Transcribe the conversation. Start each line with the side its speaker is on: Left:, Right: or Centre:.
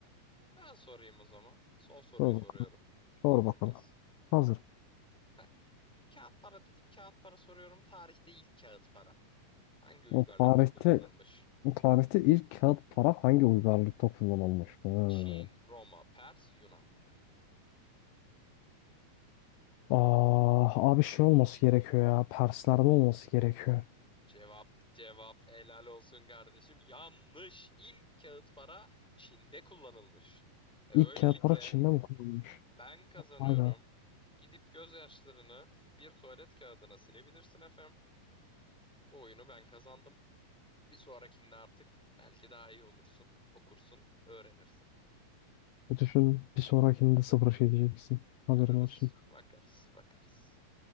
Centre: Ben sorayım o zaman. Son soruyu
Left: Sor
Centre: soruyorum.
Left: bakalım. Sor
Centre: Hazır
Left: bakalım.
Centre: mıyız?
Left: Hazır.
Centre: Ka- kağıt para dedik kağıt para soruyorum. Tarihte ilk kağıt para. Hangi uygarlıkta
Left: O tarihte
Centre: kullanılmış?
Left: bu tarihte ilk kağıt para hangi uygarlıkta kullanılmış? Hmm.
Centre: Çin, Roma, Pers, Yunan.
Left: Ah, abi şey olması gerekiyor ya. Perslerde olması gerekiyor.
Centre: Cevap cevap helal olsun kardeşim. Yanlış. İlk kağıt para Çin'de kullanılmış. Ve
Left: İlk
Centre: böylelikle
Left: kağıt para Çin'de mi kullanılmış?
Centre: Ben kazanıyorum.
Left: Aynen.
Centre: Gidip gözyaşlarını bir tuvalet kağıdına silebilirsin efem. Bu oyunu ben kazandım. Bir sonrakinde artık belki daha iyi olursun. Okursun, öğrenirsin.
Left: Düşün bir sonrakinde sıfır çekeceksin.
Centre: Görürüz,
Left: Haberin olsun.
Centre: bakarız, bakarız.